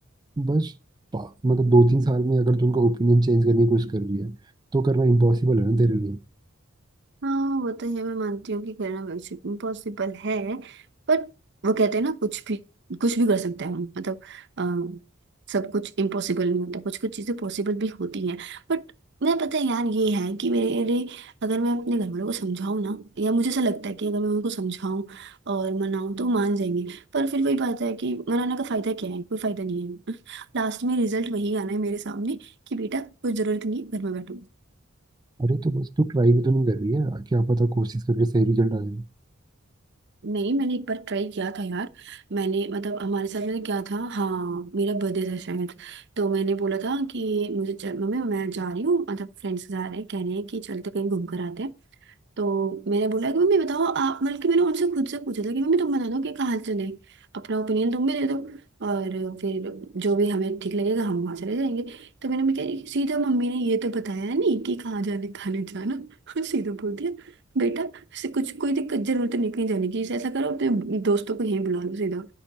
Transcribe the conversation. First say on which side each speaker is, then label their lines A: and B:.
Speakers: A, on the right (about 20°); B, on the right (about 55°).
A: बस पा- मतलब दो तीन साल में अगर तू उनका ओपिनियन चेंज करने की कोशिश कर रही है तो करना इम्पॉसिबल है ना तेरे लिए
B: हाँ वो तो ये मैं मानती हूँ कि करना वर्कशिप इम्पॉसिबल है बट वो कहते हैं ना कुछ भी कुछ भी कर सकते हैं हम मतलब अ, सब कुछ इम्पॉसिबल नहीं होता कुछ कुछ चीजें पॉसिबल भी होती हैं बट मैं पता है यार ये है कि मेरे अगर मैं अपने घर वालों को समझाऊँ ना या मुझे ऐसा लगता है कि अगर मैं उनको समझाऊँ और मनाऊँ तो मान जाएंगे पर फिर वही बात है कि मनाने का फायदा क्या है कोई फायदा नहीं है <laughs> लास्ट में रिजल्ट वही आना है मेरे सामने कि बेटा कोई जरूरत नहीं है घर में बैठो
A: अरे तो बस तू ट्राई भी तो नहीं कर रही है क्या पता कोशिश करके सही रिजल्ट आ जाए
B: नहीं मैंने एक बार ट्राई किया था यार मैंने मतलब हमारे साथ मैंने क्या था हाँ मेरा बर्थडे था शायद तो मैंने बोला था कि मुझे चल, मम्मी मैं जा रही हूँ मतलब फ्रेंड्स जा रहे हैं कह रहे हैं कि चलते कहीं घूम कर आते हैं तो मैंने बोला कि मम्मी बताओ आप बल्कि मैंने उनसे खुद से पूछा था कि मम्मी तुम बता दो कि कहाँ चले अपना ओपिनियन तुम भी दे दो और फिर जो भी हमें ठीक लगेगा हम वहाँ चले जाएंगे तो मैंने मैं कह सीधा मम्मी ने ये तो बताया नहीं कि कहाँ जाने खाने जाना <laughs> सीधा बोल दिया बेटा से कुछ कोई दिक्कत जरूरत नहीं कहीं जाने की ऐसा करो अपने दोस्तों को यहीं बुला लो सीधा